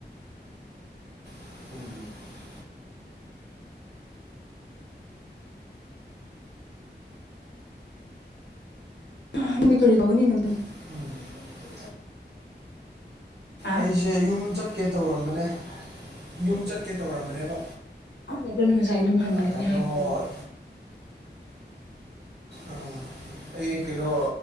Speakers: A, on the right; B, on the left.
A: <inaudible>
B: <unintelligible> ꯀꯔꯤ ꯇꯧꯒꯅꯤ ꯅꯪ
A: ꯎꯝ <unintelligible>
B: ꯑ
A: ꯑꯩꯁꯦ ꯌꯨꯝ ꯆꯠꯀꯦ ꯇꯧꯔꯝꯕꯅꯦ ꯌꯨꯝ ꯆꯠꯀꯦ ꯇꯧꯔꯝꯕꯅꯦꯕ
B: <unintelligible>
A: ꯑ ꯀꯩꯅꫭ
B: ꯍꯥꯏꯕ
A: ꯑ ꯑꯩ ꯀꯩꯅꯣ